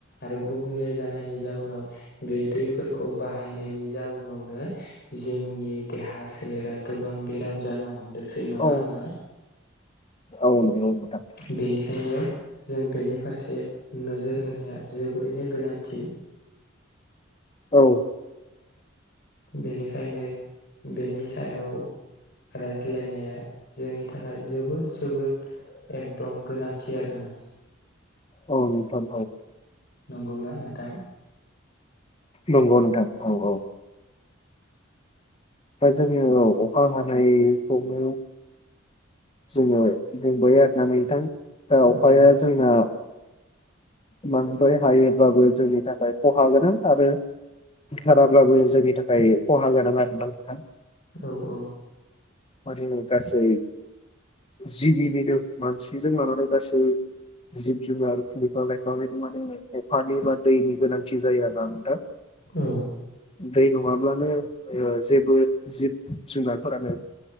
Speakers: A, on the left; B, on the left.
A: आरो गुबुंले जानायनि जाउनाव बे दैफोरखौ बाहायनायनि जाउनावनो जोंनि देहा सोलेरा गोबां बेराम जानो हमदोंसै नङा
B: औ
A: होमबा
B: औ नंगौ नोंथां
A: बेनिखायनो जों बेनि फारसे नोजोर होनाया जोबोरैनो गोनांथि
B: औ
A: बेनिखायनो बेनि सायाव रायज्लायनाया जोंनि थाखाय जोबोद जोबोद एकदम गोनांथि आरोना।
B: औ नोंथां।
A: नंगौना नोंथां?
B: नंगौ नोंथां औ औ। दा जोङो अखा हानायखौनो जोङो दंबोयो आरोना नोंथां दा अखाया
A: औ
B: जोंना इमानबो हायोब्लाबो जोंनि थाखाय खहा गोनां आरो। थाराब्लाबो जोंनि थाखाय खहा गोनां आरो दा नोंथां।
A: औ औ
B: मि अ गासै जिबिनिनो मानसिजों लानानै गासैबो जिब जुनार बिफां लाइफां बायदि मान अखानि बा दैनि गोनांथि जायो आरो ना नोंथां।
A: औ
B: दै नङाब्लानो जेबो जिब जुनारफोरानो